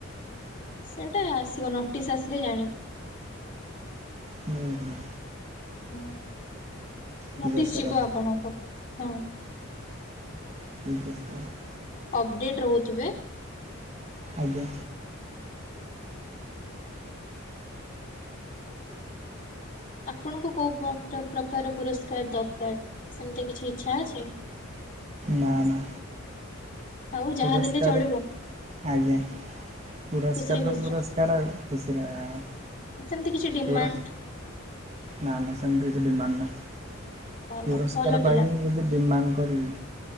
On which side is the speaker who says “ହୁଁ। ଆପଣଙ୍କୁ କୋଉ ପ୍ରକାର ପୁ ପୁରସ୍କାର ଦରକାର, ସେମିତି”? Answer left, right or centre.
Left